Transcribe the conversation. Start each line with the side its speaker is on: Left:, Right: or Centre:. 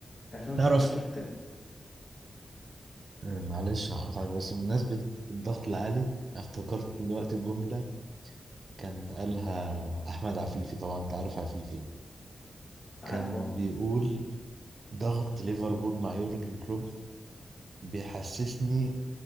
Left: 2019
Right: تعرف
Left: تقول
Right: معلش هقطعك بس بمناسبة الضغط العالي افتكرت دلوقتي جملة كان قالها أحمد عفيفي طبعا أنت عارف عفيفي يعني كان
Left: عارفه
Right: بيقول ضغط ليفربول مع يورجن كلوب بيحسسني